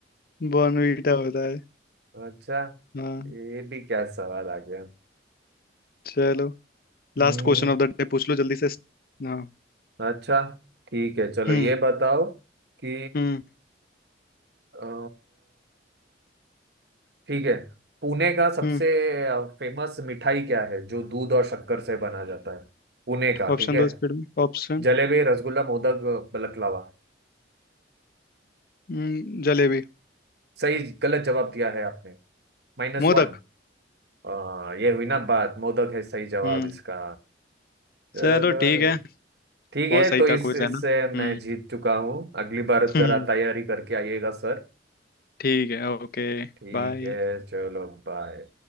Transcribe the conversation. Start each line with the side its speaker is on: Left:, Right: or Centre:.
Left: बॉर्नवीटा होता है
Right: अच्छा
Left: हाँ
Right: ये भी क्या सवाल आ गया
Left: चलो
Right: हम्म
Left: Last question of the day पूछ लो जल्दी से हाँ
Right: अच्छा ठीक है चलो
Left: हम्म
Right: ये बताओ कि
Left: हम्म
Right: अ, ठीक है पुणे का सबसे
Left: हम्म
Right: फेमस मिठाई क्या है जो दूध और शक्कर से बना जाता है पुणे का
Left: ऑप्शन
Right: ठीक है
Left: दो स्पीड में ऑप्शन
Right: जलेबी रसगुल्ला मोदक बलकलावा
Left: हम्म, जलेबी
Right: सही गलत जवाब दिया है आपने Minus
Left: मोदक
Right: one आ, ये हुई ना बात मोदक है सही जवाब
Left: हम्म
Right: इसका चलो
Left: चलो ठीक है
Right: ठीक
Left: बहुत
Right: है
Left: सही
Right: तो इस
Left: था क्विज
Right: इससे
Left: है ना
Right: मैं
Left: हम्म
Right: जीत चुका हूँ अगली बार
Left: हम्म
Right: जरा तैयारी करके आइएगा सर
Left: ठीक है ओके
Right: ठीक
Left: बाय
Right: है चलो बाय